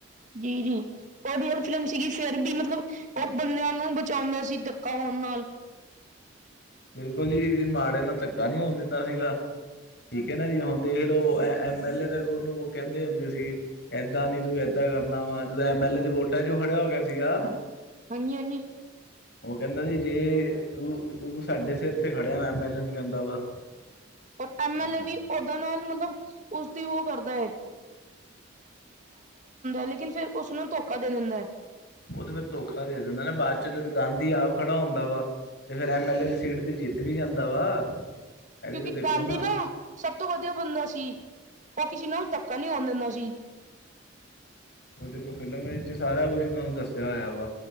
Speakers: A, on the right; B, on the left.
A: ਜੀ ਜੀ ਉਹ ਰੀਅਲ ਫਿਲਮ ਸੀਗੀ, ਫਿਰ ਵੀ ਮਤਲਬ ਉਹ ਬੰਦਿਆਂ ਨੂੰ ਬਚਾਉਂਦਾ ਸੀ ਧੱਕਾ ਹੋਣ ਨਾਲ
B: ਬਿਲਕੁਲ ਜੀ ਮਾੜੇ ਨਾਲ ਧੱਕਾ ਨਹੀਂ ਹੋਣ ਦਿੰਦਾ ਸੀਗਾ, ਠੀਕ ਹੈ ਨਾ ਜੀ ਹੁਣ ਦੇਖ ਲਓ ਐਂ ਐਮ ਐਲ ਏ ਤੱਕ ਉਹਨੂੰ ਉਹ ਕਹਿੰਦੇ ਹੁੰਦੇ ਸੀਗੇ, ਇਦਾ ਨੀ ਤੂੰ ਇਦਾ ਕਰਨਾ ਵਾ ਜਦੋਂ ਐਮ ਐਲ ਏ ਦੇ ਵੋਟਾਂ ਚ ਔ ਖੜਾ ਹੋ ਗਿਆ ਸੀਗਾ
A: ਹਾਂਜੀ ਹਾਂਜੀ
B: ਉਹ ਕਹਿੰਦਾ ਜੇ ਤੂੰ ਤੂੰ ਸਾਡੇ ਸਿਰ ਤੇ ਖੜਿਆ ਐਮ ਐਲ ਏ ਨੂੰ ਕਹਿੰਦਾ ਵਾ
A: ਔਰ, ਐਮ
B: ਹਾਂ।
A: ਐਲ ਏ ਵੀ ਓਦਾਂ ਨਾਲ ਮਤਲਬ ਉਸਦੀ ਉਹ ਕਰਦਾ ਹੈ। <inaudible> ਲੇਕਿਨ, ਫਿਰ ਉਸਨੂੰ ਧੋਖਾ ਦੇ ਦਿੰਦਾ ਹੈ।
B: ਉਹ ਤੇ ਫਿਰ ਧੋਖਾ ਦੇ ਦਿੰਦਾ ਨਾ ਬਾਅਦ ਚ ਜਦੋਂ ਗਾਂਧੀ ਆਪ ਖੜਾ ਹੁੰਦਾ ਵਾ। ਤੇ, ਫਿਰ ਐਮ ਐਲ ਏ ਦੀ ਸੀਟ ਤੇ ਜਿੱਤ ਵੀ ਜਾਂਦਾ ਵਾ। ਇਹ
A: ਕਿਉਂਕਿ,
B: ਵੀ ਤਾਂ ਦੇਖੋ
A: ਗਾਂਧੀ ਨਾ ਸਭ ਤੋਂ ਵਧੀਆ ਬੰਦਾ ਸੀ। ਉਹ ਕਿਸੇ ਨਾਲ ਧੱਕਾ ਨਹੀਂ ਹੋਣ ਦਿੰਦਾ ਸੀ।
B: ਉਹ ਦੇਖੋ ਫਿਲਮ ਚ ਸਾਰਾ ਕੁੱਛ ਤੁਹਾਨੂੰ ਦੱਸਿਆ ਹੋਇਆ ਵਾ।